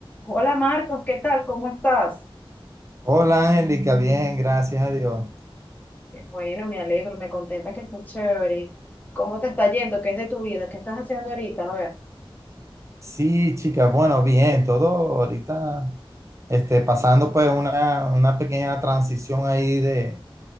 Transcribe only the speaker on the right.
Hola Angélica, bien, gracias a Dios.
Sí, chicas, bueno, bien, todo ahorita este, pasando pues una, una pequeña transición ahí de,